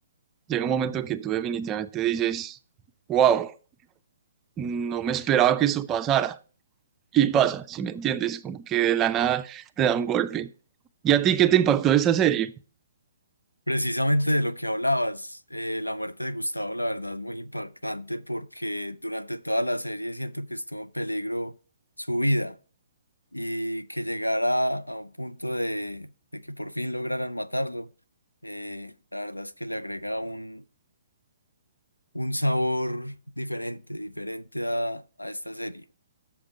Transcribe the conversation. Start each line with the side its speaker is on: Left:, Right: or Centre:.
Right: Llega un momento que tú definitivamente dices, wow no me esperaba que esto pasara. Y pasa, si me entiendes, como que de la nada te da un golpe. ¿Y a ti qué te impactó de esta serie?
Left: precisamente de lo que hablabas, eh, la muerte de Gustavo la verdad es muy impactante porque durante toda la serie siento que estuvo en peligro su vida y que llegara a un punto de, de que por fin lograran matarlo, eh, la verdad es que le agrega un, un sabor diferente, diferente a, a esta serie.